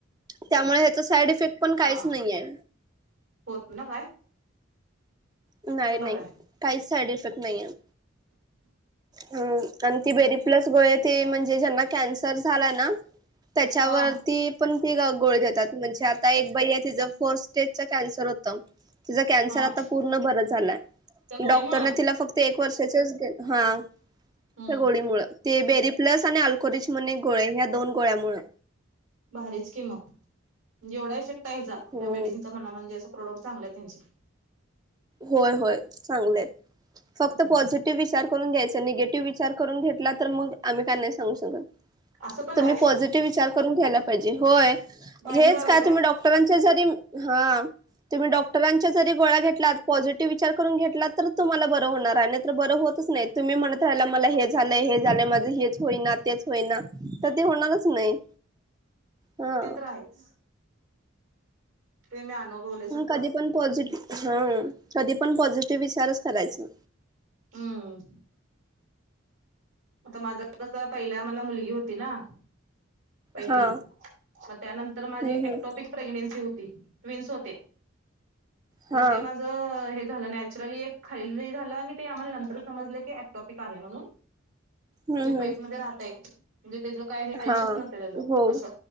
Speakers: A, on the right; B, on the right.
A: त्यामुळे ह्याचा साईड इफेक्ट पण काहीच
B: हा
A: नाही आहे.
B: होत ना काय
A: नाही
B: ते
A: नाही
B: बरं आहे
A: काहीच साईड इफेक्ट नाही आहे. ह आणि ती बेरीप्लस गो त म्हणजे ज्यांना कॅन्सर झालाय ना त्याच्यावरती
B: हा
A: पण ती गाळी म्हणे आता एक ति फस्ट स्टेजवर कन्सर होत कॅन्सर
B: हा
A: आता पूर्ण डॉक्टर
B: त्या गोळीमुळं
A: तिला फक्त एक वर्षा हा त्या
B: हम्म
A: गोळीमुळ ते बेरी प्लस आणि अल्करीच म्हणून गोळी ह्या दोन गोळ्यामुळे
B: भारीच किम म्हणजे एवढा इफेक्ट आहे जा
A: हो
B: या मेडिसिनचा म्ह म्हणजे अस प्रॉडक्ट चांगले आहे त्यांचे.
A: होय होय चांगलेत. फक्त
B: हम्म हम्म
A: पॉझिटिव्ह विचार करून घ्यायच, निगेटिव्ह विचार करून घेतला तर मग आम्ही काय नाही सांगू शकत.
B: असं पण
A: तुम्ही
B: आहे
A: पॉझिटिव्ह विचार करून घ्यायला पाहिजे. होय.
B: माइंड
A: हेच
B: वर आहे
A: काय तुम्ही डॉक्टरांच्या जरी, हा तुम्ही डॉक्टरांच्या जरी गोळा घेतला पॉझिटिव्ह विचार करून घेतला, तर तुम्हाला बरं होणार आणि तर बरं होतच नाही तुम्ही म्हणत राहिला मला हे झालंय हे झाले माझं हे होईना तेच होयना तर ते होणारच नाही. हा.
B: ते तर आहेच ते मी अनुभवले स्वतः
A: कधी पण पॉझिटिव्ह, हा कधी पण पॉझिटिव्ह विचारच करायचा.
B: हम्म. आता माझं कस पहिला मला मुलगी होती ना. पहिली
A: हा
B: मग त्यानंतर
A: हम्म
B: माझी ॲप
A: हम्म
B: टॉपिक प्रेग्नेन्सी होती. ट्विन्स होते
A: हा
B: मग ते माझ नॅचरली खाली झाल ते आम्हाला नंतर समजल अपटॉपिक आहे म्हण
A: हम्म
B: जे
A: हम्म
B: पाईप म राहतय म्हणजे त्याचं काय आयुष्यच
A: हा
B: नवतं त्याच
A: हो
B: असं